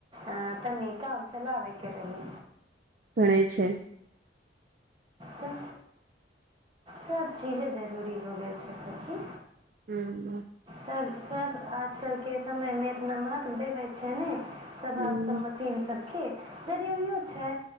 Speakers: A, on the right; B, on the right.
A: अ तनी काम चलाबेके रहि
B: पड़े छै
A: तऽ सबचीजे जरूरी हो गेल छै सखि
B: हूँ
A: सब सब आजकल के समय में इतना महत्व देबे छै ने सब
B: ह
A: आ सब सीन सबके यदि ओहो छै